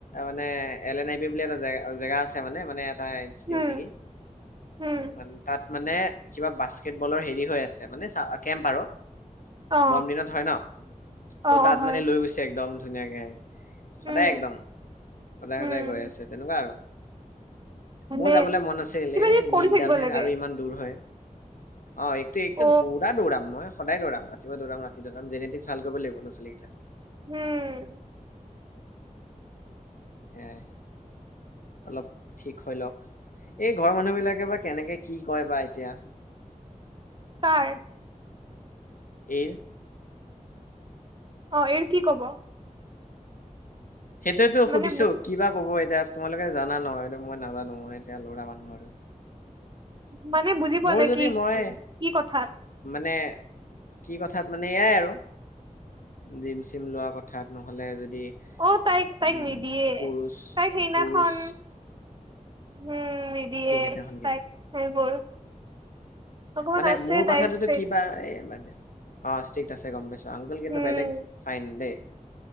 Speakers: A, on the left; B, on the right.
A: মানে এল এন আই বি বুলি এটা জে জেগা আছে মানে মানে- তাৰ ইনষ্টিটিউট
B: হম
A: নেকি?
B: হম
A: মানে- তাত মানে কিবা বাস্কেট বলৰ হেৰি হৈ আছে মানে কেম্প আৰু।
B: অ
A: গৰম দিনত হয় ন? ত'
B: অ
A: তাত
B: অ হয়
A: মানে লৈ গৈছে একদম ধুনীয়াকে। সদায়
B: উম
A: একদম, সদায়
B: উম
A: সদায় গৈ আছে তেনেকুৱা আৰু।
B: ভালে
A: মোৰ যাবলে মন আছিল,
B: কিবা
A: এ
B: কিবি কৰি
A: নিটডাল
B: থাকিব
A: হে
B: লাগে
A: আৰু ইমান- দূৰ হয়। অঁ' একটো একদম
B: অ
A: পুৰা দৌৰাম মই। সদায় দৌৰাম। ৰাতি পুৱা দৌৰাম, ৰাতি দৌৰাম জেনেটিক ভাল কৰিব লাগ ল' ছোৱালীকেইটাক।
B: উম!
A: এঁ' অলপ ঠিক হৈ লওক। এই ঘৰৰ মানুহ বিলাকে বা কেনেকে কি কয় বা এতিয়া?
B: কাৰ?
A: এইৰ।
B: অঁ' এই কি কব?
A: সেইটোয়েতো
B: মানে
A: সুধিছো, কিবা কব এতিয়া তোমালোকে জানা নহয় সেটো মই নাজানো ময় এতিয়া ল'ৰা মানুহ আৰু।
B: মানে বুজি পোৱা
A: মোৰ
B: নাই
A: যদি
B: কি কি
A: মই
B: কথাত?
A: মানে কি কথাত মানে এয়াই আৰু। জিম চিম লোৱা কথাত নহ'লে যদি-
B: অঁ' তাইক তাইক
A: উম
B: নিদিয়ে,
A: পুৰুষ
B: তাইক সেইদিনাখন-
A: পুৰুষ
B: হুম নিদিয়ে
A: কি সেইদিনাখন কি
B: তাইক সেইবোৰ। অকমান
A: মানে
B: আছে
A: মোৰ
B: তাই
A: কথাটোতো
B: ষ্ট্ৰিক
A: কিবা? এ বাদ দে। অঁ' ষ্ট্ৰিক্ট আছে গম পাইছো, আংকল কিন্তু
B: উম
A: বেলেগ ফাইন দেই।